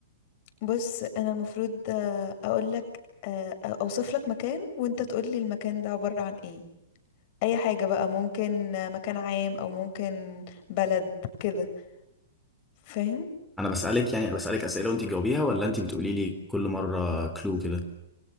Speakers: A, on the left; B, in the centre.
A: بص انا المفروض آه، اقول لك اوصف لك مكان وانت تقول لي المكان ده عبارة عن ايه اي حاجة بقى ممكن آه، مكان عام او ممكن بلد كده فاهم
B: انا بسألك يعني بسألك أسئلة وانتي بتقوليها ولا انتي بتقولي لي كل مرة كلو كده